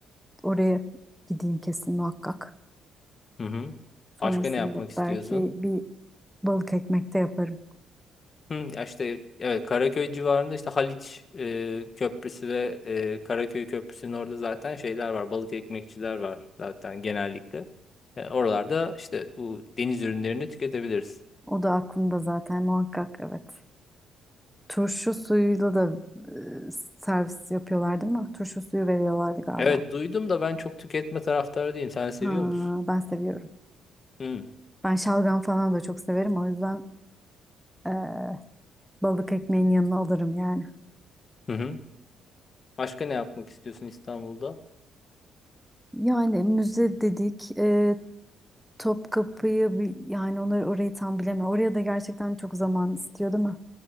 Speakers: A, in the centre; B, on the left.
A: oraya gideyim kesin muhakkak.
B: Hı hı.
A: Sonrasında
B: Başka ne yapmak istiyorsun?
A: belki bir balık ekmek de yaparım.
B: Hı, ya işte evet Karaköy civarında işte Haliç e, Köprüsü ve e, Karaköy Köprüsü'nün orada zaten şeyler var. Balık ekmekçiler var zaten genellikle. E, oralarda işte bu deniz ürünlerini tüketebiliriz.
A: O da aklımda zaten muhakkak evet. Turşu suyuyla da e, servis yapıyorlar değil mi? Turşu suyu veriyorlardı galiba.
B: Evet duydum da ben çok tüketme taraftarı değilim. Sen seviyor
A: Ha,
B: musun?
A: ben seviyorum.
B: Hı.
A: Ben şalgam falan da çok severim. O yüzden e, balık ekmeğin yanına alırım yani.
B: Hı hı. Başka ne yapmak istiyorsun İstanbul'da?
A: Yani müze dedik, e, Topkapı'yı bi- yani onları orayı tam bilemiyorum. Oraya da gerçekten çok zaman istiyor değil mi?